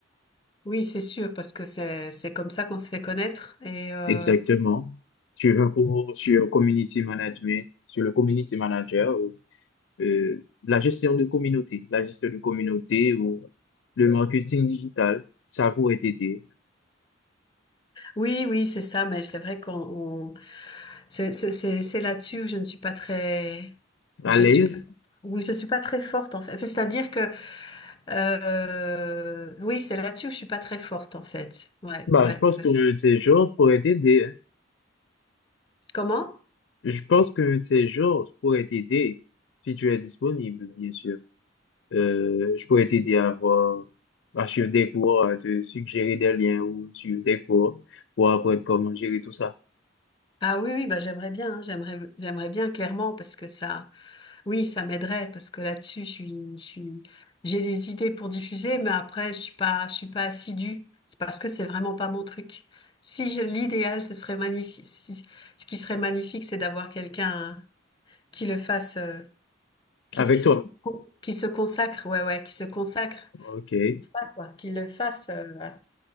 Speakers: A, on the left; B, on the left.
A: Oui, c'est sûr, parce que c'est c'est comme ça qu'on se fait connaître. Et euh,
B: Exactement. Tu veux un cours sur community management, sur le community manager, euh, euh, la gestion de communauté, la gestion de communauté ou le marketing digital, ça pourrait t'aider.
A: oui, oui, c'est ça. Mais c'est vrai qu'on C'est c'est- c'est- c'est là-dessus où je ne suis pas très,
B: À
A: où je
B: l'aise,
A: suis pas, où je suis pas très forte en fait. C'est-à-dire que, euh, oui, c'est là-dessus où je suis pas très forte en fait. Ouais,
B: bah,
A: ouais.
B: je pense
A: Parce-
B: que ces jours pourraient t'aider. hein.
A: Comment?
B: Je pense que ces jours pourraient t'aider si tu es disponible, bien sûr. Euh, je pourrais t'aider à avoir, à suivre des cours, à te suggérer des liens ou suivre des cours pour apprendre comment gérer tout ça
A: Ah oui, oui, bah j'aimerais bien, hein, j'aimerais, j'aimerais bien clairement parce que ça, oui, ça m'aiderait parce que là-dessus, je suis, je suis, j'ai des idées pour diffuser, mais après, je suis pas, je suis pas assidue. C'est parce que c'est vraiment pas mon truc. Si je- l'idéal, ce serait magnifique. Si- Ce qui serait magnifique, c'est d'avoir quelqu'un. qui le fasse, euh, qui,
B: avec
A: qui-
B: toi.
A: qui se con- qui se consacre, ouais, ouais, qui se consacre
B: Ok.
A: pour ça, quoi, qu'il le fasse euh,